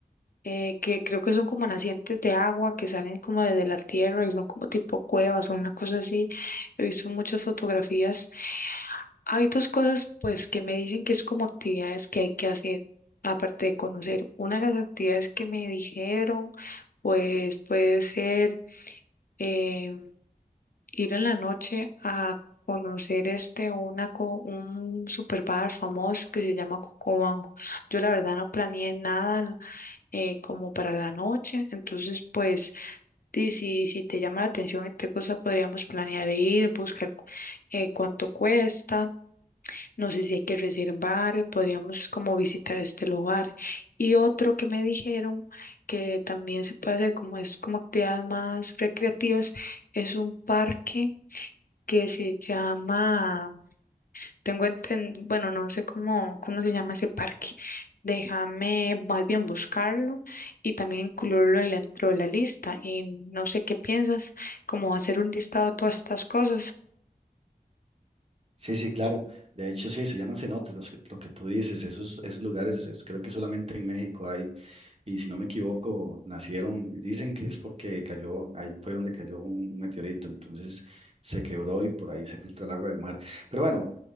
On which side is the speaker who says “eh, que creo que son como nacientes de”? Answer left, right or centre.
Left